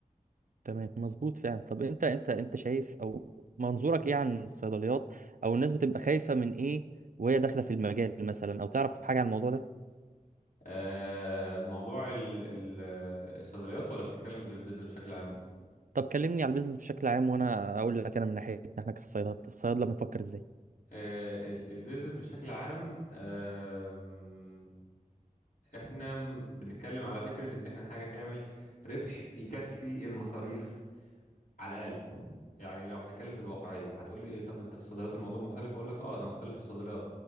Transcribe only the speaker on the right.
تمام مظبوط فعلا طب انت انت انت شايف او منظورك ايه عن الصيدليات او الناس بتبقى خايفه من ايه وهي داخله في المجال مثلا او تعرف حاجه عن الموضوع ده
طب كلمني على البيزنس بشكل عام وانا اقول لك انا من ناحيتنا احنا كالصيدله الصيادله بنفكر ازاي